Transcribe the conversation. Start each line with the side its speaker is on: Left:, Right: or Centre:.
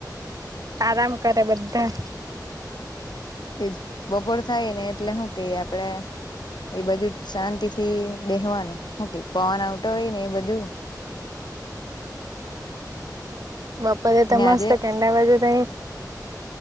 Right: આરામ કરે બધા.
Left: એજ બપોર થાય ને એટલે હું કેય આપડે. એ બાજુ જ શાંતિ થી બેહવાનું હું કેય પવન આવટો હોય ને એ બધું.
Right: બપોરે તો
Left: ને
Right: મસ્ત
Left: આજે
Right: કેડ વાજે ત